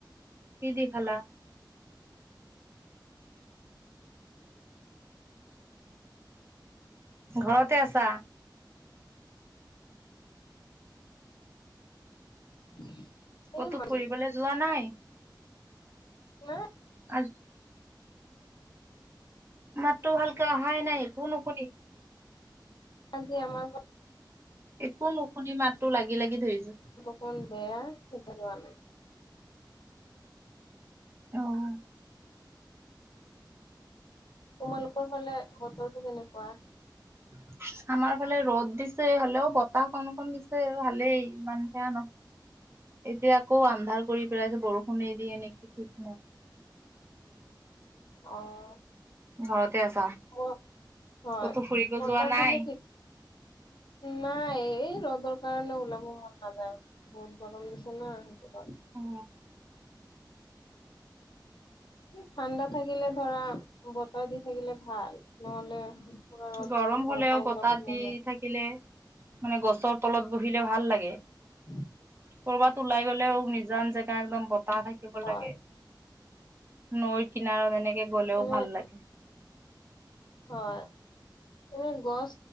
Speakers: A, on the right (about 30°); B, on the left (about 75°).
A: কিদি খালা? ঘৰতে আছা?
B: <inaudible>
A: ক'তো
B: মাৰিলো
A: ফুৰিবলৈ যোৱা নাই?
B: নাই
A: আজ মাতটো ভালকে অহাই নাই, একো নুশুনি।
B: আজি আমাৰ ঘ
A: একো নুশুনি, মাতটো লাগি লাগি ধৰিছে।
B: ফোন বেয়া সেইটো লোৱা নাই।
A: অ'।
B: তোমালোকৰ ফালে বতৰটো কেনেকুৱা?
A: <inaudible> আমাৰ ফালে ৰ'দ দিছে হ'লেও বতাহ কন কন দিছে, ভালেই ইমান সেয়া নহয়। এতিয়া আকৌ আন্ধাৰ কৰি পেলাইছে, বৰষুণে দিয়ে নেকি ঠিক নাই।
B: অ'।
A: ঘৰতে আছা?
B: ক হয়।
A: ক'তো ফুৰিব
B: বতাহ
A: যোৱা নাই?
B: দিলে ঠিক নাই এই ৰ'দৰ কাৰণে ওলাব মন নাযায়, বহুত গৰম দিছে না সেইটো কাৰনে।
A: অ'।
B: ঠাণ্ডা থাকিলে ধৰা বতাহ দি থাকিলে ভাল, নহ'লে পুৰা ৰ'দ
A: গৰম
B: দিলে ঘৰৰ
A: হ'লেও,
B: পৰা
A: বতাহ
B: ওলাব মন
A: দি
B: নাযায়।
A: থাকিলে মানে গছৰ তলত বহিলে ভাল লাগে।
B: <inaudible>
A: কৰ'বাত ওলাই গ'লে নিজান জেগা একদম বতাহ থাকিব
B: হয়।
A: লাগে, নৈত কিনাৰত এনেকে গ'লেও
B: এনে
A: ভাল লাগে।
B: হয়। এনে গছ